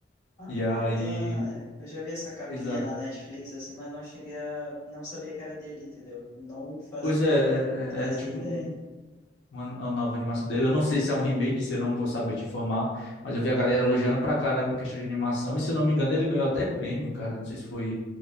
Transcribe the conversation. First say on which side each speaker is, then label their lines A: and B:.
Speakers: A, on the left (about 20°); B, on the left (about 80°).
A: Ah,
B: E aí.
A: tá. Eu já vi essa capinha
B: Exato.
A: na Netflix, assim, mas não cheguei a. Não sabia que era dele, entendeu? Não fazia,
B: Pois é,
A: fazia
B: é, é- é tipo
A: ideia.
B: um. uma, uma nova animação dele. Eu não sei se é um remake, se eu não vou saber te informar, mas eu
A: Aham.
B: vi a galera elogiando pra caramba a questão de animação, e se eu não me engano, ele ganhou até prêmio, cara. Não sei se foi